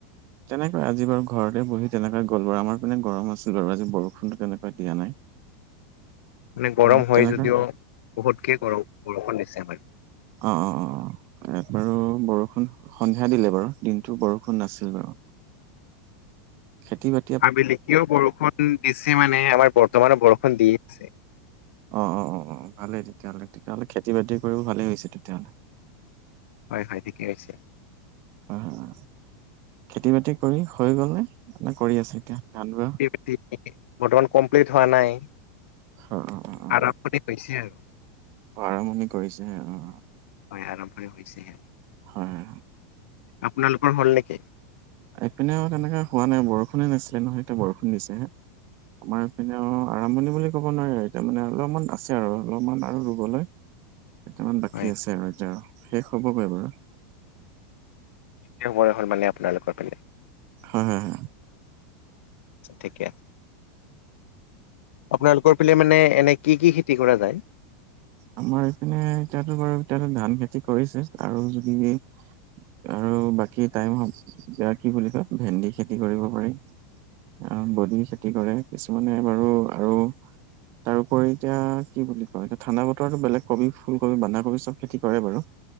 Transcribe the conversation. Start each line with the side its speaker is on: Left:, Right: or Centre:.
Right: তেনেকৈ আজি বাৰ ঘৰতে বহি তেনেকৈ গ'ল বাৰ আমাৰপিনে গৰম আছিল ব আৰু আজি বৰষুণটো তেনেকৈ দিয়া নাই। <inaudible>
Left: মানে গৰম
Right: অ
Left: হয়
Right: তেনেকৈ
Left: যদিও বহুতকে গৰম বৰষুণ দিছে হয়।
Right: অঁ অঁ অঁ, বাৰু বৰষুণ সন্ধিয়া দিলে বাৰু দিনটো বৰষুণ নাছিল বাৰু। খেতি - বা
Left: আবেলি কিয় বৰষুণ দিছে মানে আমাৰ বৰ্তমানৰ বৰষুণ দি আছে।
Right: অঁ অঁ অঁ অঁ ভালেই তেতিয়াহ'লে - তেতিয়াহ'লে খেতি বাতি কৰিও ভালেই হৈছে তেতিয়াহ'লে।
Left: হয় হয় ঠিকে আহিছে।
Right: হয় হয়, খেতি - বাতি কৰি হৈ গল নে, নে কৰি আছে এতিয়া? ধান ৰোৱা
Left: খেতি - বাতি, বৰ্তমান কমপ্লিট হোৱা নাই
Right: অ অ অ
Left: আৰম্ভণি হৈছে আৰু।
Right: অ আৰম্ভণি কৰিছে অ।
Left: হয় আৰম্ভই হৈছেহে।
Right: হয়।
Left: আপোনালোকৰ হ'ল নেকি?
Right: ইপিনেও তেনেকে হোৱা নাই বৰষুণে নাছিলে নহয় এতিয়া বৰষুণ দিছে হে? আমাৰপিনে অ আৰম্ভণি বুলি ক'ব নোৱাৰি এতিয়া মানে অলপমান আছে আৰু অলপমান আৰু ৰুবলৈ। কেইটামান বাকী
Left: হয়
Right: আছে আৰু এতিয়া শেষ হ'বগৈ বাৰু।
Left: শেষ বৰ হল মানে আপোনালোকৰ কাৰণে।
Right: হয় হ হ।
Left: ঠিকে আছে। আপোনালোকৰ পিলে মানে এনে কি কি খেতি কৰা যায়?
Right: আমাৰ এইপিনে এতিয়াতো বাৰু এতিয়া ধান খেতি কৰিছে আৰু যদি সেই আৰু বাকী টাইম হল, এতিয়া কি বুলি কয় ভেন্দি খেতি কৰিব পাৰি। আহ বদি খেতি কৰে কিছুমানে বাৰু আৰু তাৰোপৰি এতিয়া কি বুলি কয় এতিয়া ঠাণ্ডা ব তৰটো বেলেগ কবি ফুলকবি, বন্ধাকবি চব খেতি কৰে বাৰু।